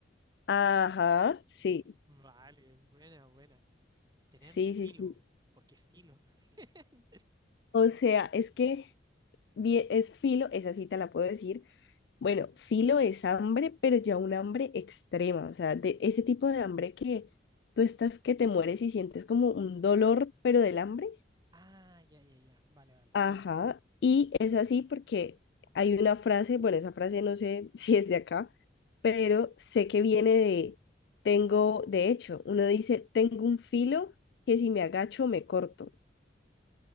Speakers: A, on the left (about 60°); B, on the right (about 20°).
A: Ajá, sí,
B: Mm, Vale, buena, buena. Tener
A: sí,
B: filo,
A: sí, sí.
B: porque filo. <laughs>
A: O sea, es que vie- es filo, esa sí te la puedo decir. Bueno, filo es hambre, pero ya un hambre extrema. O sea, de ese tipo de hambre que tú estás que te mueres y sientes como un dolor, pero del hambre.
B: Ah, ya, ya, ya. Vale, vale.
A: Ajá, y es así porque hay una frase, bueno, esa frase no sé <laughs> si es de acá, pero sé que viene de, tengo, de hecho, uno dice, tengo un filo que si me agacho me corto.